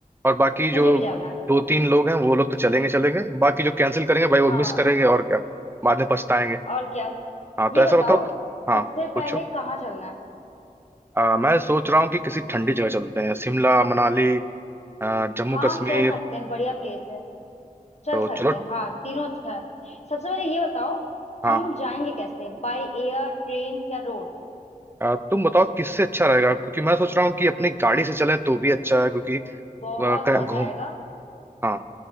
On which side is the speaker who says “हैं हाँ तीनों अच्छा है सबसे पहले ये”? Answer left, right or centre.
Left